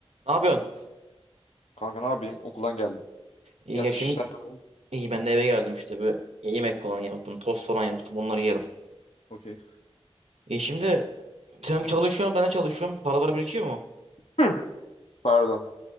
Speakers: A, on the right; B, on the left.
A: Ne yapıyorsun?
B: Kanka ne yapayım? Okuldan geldim.
A: İyi
B: Yatış
A: ya şimdi
B: sen ne yapıyorsun?
A: iyi ben de eve geldim işte bir yemek falan yaptım, tost falan yaptım onları yedim.
B: Okey.
A: İyi şimdi sen çalışıyorsun ben de çalışıyorum. Paralar birikiyor mu?
B: Hı. Pardon.